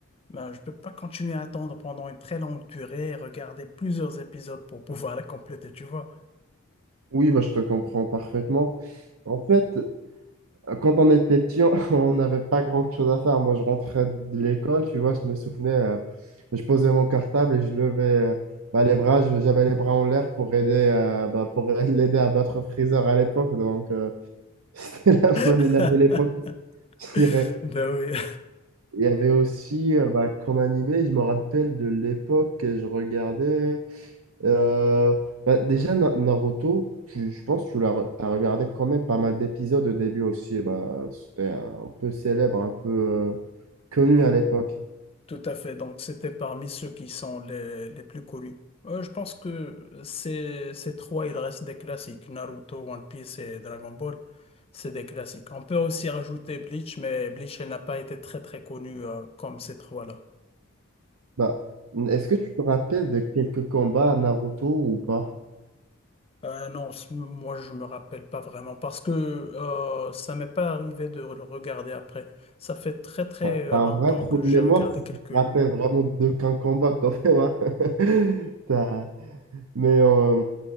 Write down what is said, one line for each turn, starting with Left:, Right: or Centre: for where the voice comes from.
Left: Ben, je peux pas continuer à attendre pendant une très longue durée et regarder plusieurs épisodes pour pouvoir la compléter, tu vois.
Right: Oui, bah, je te comprends parfaitement. En fait, quand on était petit, on <laughs> on n'avait pas grand-chose à faire. Moi, je rentrais de l'école, tu vois, je me souvenais, euh, je posais mon cartable et je levais euh, bah, les bras, je- j'avais les bras en l'air pour aider, euh, bah, pour <laughs> l'aider à battre Freezer à l'époque. Donc, euh, <laughs> c'était la bonne
Left: <laughs>
Right: et la belle époque, je dirais.
Left: Ben oui.
Right: Il y avait aussi, euh, bah, comme animé, je me rappelle de l'époque que je regardais. euh, bah, déjà, Na- Naruto, tu- je pense que tu l'as, as regardé quand même pas mal d'épisodes au début aussi. Bah, c'était un peu célèbre, un peu euh, connu à l'époque.
Left: Tout à fait. Donc, c'était parmi ceux qui sont les, les plus connus. Euh, je pense que ces, ces trois, il reste des classiques. Naruto, One Piece et Dragon Ball, c'est des classiques. On peut aussi rajouter Bleach, mais Bleach, elle n'a pas été très très connue euh, comme ces trois-là.
Right: Bah, est-ce que tu te rappelles de quelques combats à Naruto ou pas?
Left: Euh, non, c- moi, je me rappelle pas vraiment parce que euh, ça m'est pas arrivé de le regarder après. Ça fait très très
Right: T'as
Left: euh,
Right: t'as
Left: longtemps
Right: un vrai trou
Left: que
Right: de
Left: j'ai
Right: mémoire
Left: regardé
Right: si
Left: quelques
Right: tu te rappelles vraiment d'aucun combat quand même. hein. <laughs> Mais euh,